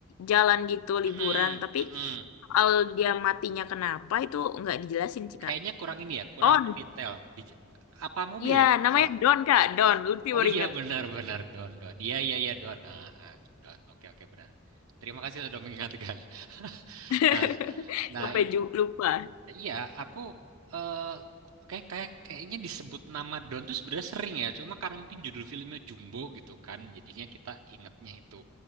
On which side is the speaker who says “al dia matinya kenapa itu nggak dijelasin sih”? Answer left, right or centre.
Left